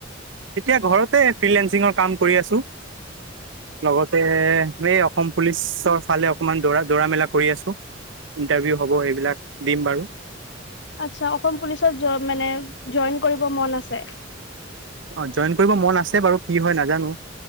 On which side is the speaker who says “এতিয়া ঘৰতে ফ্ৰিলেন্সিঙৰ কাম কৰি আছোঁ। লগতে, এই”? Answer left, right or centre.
Right